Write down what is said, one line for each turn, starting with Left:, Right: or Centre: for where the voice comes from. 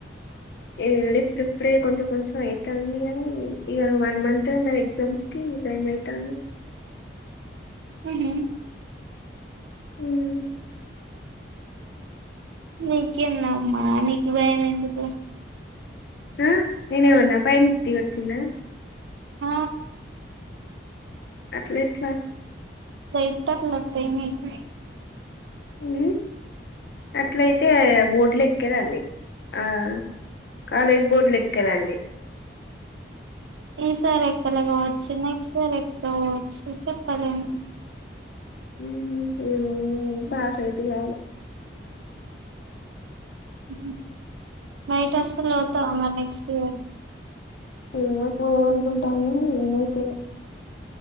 Left: ఏడ ఇప్పుడిప్పుడే కొంచెం కొంచెం అయితాంది కానీ ఇగ వన్ మంత్మే ఎగ్జామ్స్కి భయం అయితాంది
Right: ఊ హు
Left: మ్మ్
Right: నీ చిన్నమ్మా నీకి భయం ఎందుకు
Left: ఆ నేనెమన్నా పైనుంచి దిగి ఒచ్చిన్నా
Right: ఆ
Left: అట్లా ఎట్ల
Right: <unintelligible> వత్తాయి మీకు
Left: ఉ అట్లయితే బోర్డులు ఎక్కేదాన్నీ ఆ కాలేజ్ బోర్డులు ఎక్కేదాన్నీ
Right: ఈ సార్ ఎక్కలే కావచ్చు నెక్స్ట్ సార్ ఎక్కుతవ్ కావచ్చు చెప్పాలేం
Left: మ్మ్ ఇవన్నీ పాస్ అయితే చాలు
Right: హ్మ్ హు బయట అసలు చదువుతవ మరి నెక్స్ట్ ఇయర్
Left: ఏమో పోదాం అంటం గాని ఏమైతదో